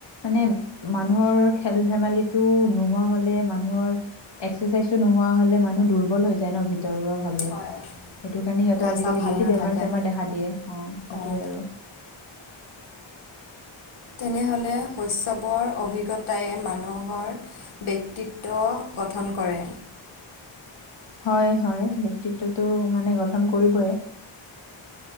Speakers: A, on the left (about 60°); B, on the left (about 90°).
A: মানে মানুহৰ খেল ধেমালিটো নোহোৱা হ'লে মানুহৰ এক্সাৰচাইজটো নোহোৱা হ'লে মানুহ দুৰ্বল হৈ যায় ন ভিতৰুৱা ভাৱে। সেইটো
B: হয়
A: কাৰণে সিহঁতৰ
B: গা
A: আজিকালি
B: চা ভালে
A: বেছি
B: নাথাকে
A: বেমাৰ-চেমাৰ দেখা দিয়ে। অ সেইটোৱে
B: অঁ
A: আৰু।
B: তেনেহ'লে শস্যৱৰ অভিজ্ঞতায়ে মানুহৰ ব্যক্তিত্ব গঠন কৰে।
A: হয় হয়, বক্তিত্বটো মানে গঠন কৰিবয়ে।